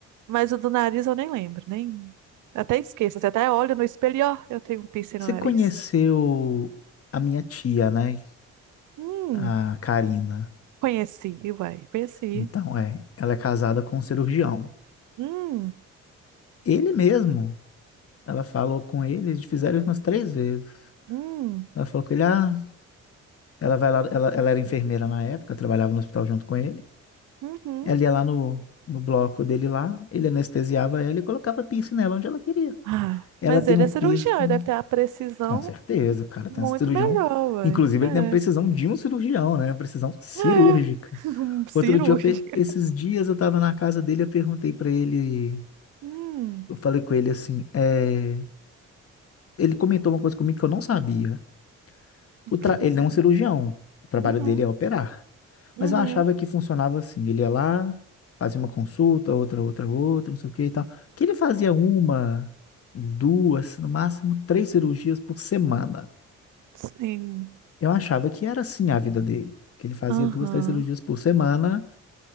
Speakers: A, on the right; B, on the left.
A: Mas o do nariz eu nem lembro, nem. Até esqueço. Você até olha no espelho e ó, eu tenho um piercing
B: Você
A: no nariz.
B: conheceu a minha tia, né?
A: Hum,
B: A Karina.
A: conheci, vai, conheci.
B: Então, é, ela é casada com um cirurgião.
A: Hum,
B: Ele mesmo, ela falou com ele, eles fizeram isso umas três vezes.
A: hum,
B: Ela falou com ele, ah, ela vai lá, ela, ela era enfermeira na época, trabalhava no hospital junto com ele.
A: uhum.
B: Ela ia lá no, no bloco dele lá, ele anestesiava ela e colocava piercing nela onde ela queria.
A: Ah,
B: Ela
A: mas
B: tem
A: ele
B: um
A: é
B: piercing,
A: cirurgião, ele deve ter a precisão
B: com certeza, o cara
A: muito
B: tem um cirurgião.
A: melhor, vai.
B: Inclusive,
A: É,
B: ele tem a precisão de um cirurgião, né? Precisão cirúrgica.
A: é, <laughs> cirúrgica.
B: Outro dia, eu pe- esses dias eu tava na casa dele, eu perguntei pra ele,
A: Hum,
B: eu falei com ele assim, é... ele comentou uma coisa comigo que eu não sabia.
A: ok.
B: O tra- Ele não é um cirurgião, o trabalho
A: Uhum,
B: dele é operar.
A: uhum,
B: Mas eu achava que funcionava assim, ele ia lá, fazia uma consulta, outra, outra, outra, não sei o que e tal. Que ele fazia uma, duas, no máximo três cirurgias por semana.
A: Sim.
B: Eu achava que era assim a vida dele, que ele fazia
A: Aham.
B: duas, três cirurgias por semana,